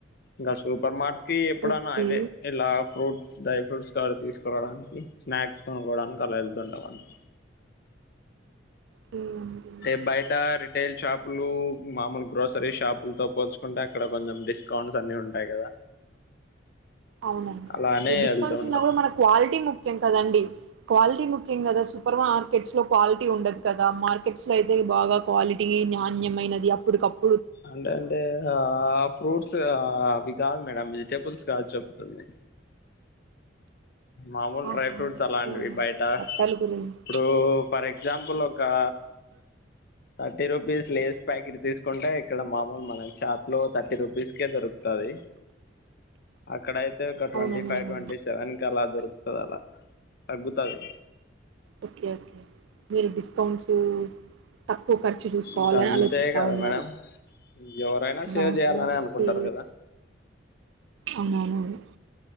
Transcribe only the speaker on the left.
ఇంకా సూపర్ మార్క్ కీ ఎప్పుడనా
అవే ఇలా ఫ్రూట్కి డ్రై ఫ్రూట్స్ కవి తీసుకోరావడానికి స్నాక్స్ కొనుక్కోవడానికి అలా వెళ్తుంటామండి
అంటే బయట రిటైల్ షాపులు మామూలు గ్రోసరీ షాపులతో పోల్చుకుంటే అక్కడ కొంచెం డిస్కౌంట్స్ అన్ని ఉంటాయి కదా
అలానే
వెళ్తూ ఉంటాం
అంటంటే ఆ ఫ్రూట్స్ అవి కాదు మేడం వెజిటేబుల్స్ కాదు చెప్తుంది మామూల్
డ్రై ఫ్రూట్స్ అలాంటివి
బయటా
ఇప్పుడూ ఫర్ ఎగ్జాంపుల్ ఒకా థర్టీ రూపీస్ లేస్ ప్యాకెట్ తీసుకుంటే ఇక్కడ మామూలు మన షాప్ లో థర్టీ రూపీస్కే దొరుకుతా తది అక్కడయితే ఒక ట్వంటీ
ఫైవ్ ట్వంటీ సెవెన్కి అలా దొరుకుతదలా తగ్గుతాది
ఇంక అంతే
కదా
మేడం ఎవరైనా సేవ్
చేయ్యాలనే
అనుకుంటారు కదా